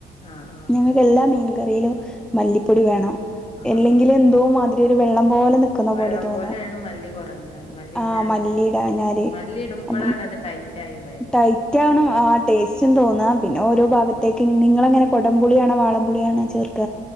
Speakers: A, on the left; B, in the centre.
A: ആഹ് ആഹ്
B: ഞങ്ങൾക്ക് എല്ലാ മീൻ കറിയിലും മല്ലിപ്പൊടി വേണം
A: ആഹ്
B: എല്ലെങ്കില്
A: ആഹ്
B: എന്തോ മാതിരി ഒരു വെള്ളം പോലെ നിക് ക്കുന്ന
A: വെള്ളം
B: പോലെ തോന്നും
A: പോലെയാണ് മല്ലി കുറഞ്ഞാൽ മല്ലി
B: ആഹ്
A: ഇല്ലാഞ്ഞ
B: മല്ലിയിടാഞ്ഞാല്
A: ഉം. മല്ലി ഇടുമ്പോഴാണ്
B: അപ്പം
A: അത് ടൈറ്റ് ആയി വര
B: ടൈറ്റ് ആണ് ആഹ് ടേസ്റ്റും തോന്നാ പിന്നെ ഓരോ
A: ഉം
B: ഭാഗത്തേക്ക്
A: ഉം
B: നിങ്ങളെങ്ങനെ കൊടംപുളിയാണോ വാളംപുളിയാണോ ചേർക്ക